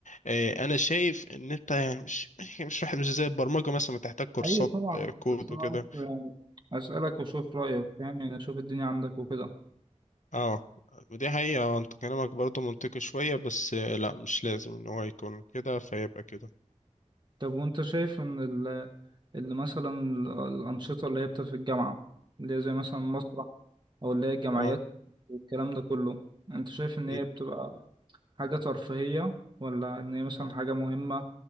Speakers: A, on the left; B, on the right.
A: آه، انا شايف ان انت يعني مش <laughs> مش واحد مش زي البرمجه مثلا بتحتاج كورسات
B: أيوة طبعا
A: آه، كود
B: بس أنا
A: وكده
B: قلت يعني أسألك وأشوف رأيك فاهم يعني أشوف الدنيا عندك وكده
A: اه ودي حقيقه آه، انت كلامك برضو منطقي شويه بس آه، لا مش لازم ان هو يكون كده فيبقى كده
B: طب وأنت شايف إن ال اللي مثلا ال- الأنشطة اللي هي بتبقى في الجامعة اللي هي زي مثلا مسرح أو اللي هي الجمعيات
A: اه
B: والكلام ده كله أنت شايف إن
A: مم.
B: هي بتبقى حاجة ترفيهية ولا إن هي مثلا
A: اه
B: حاجة مهمة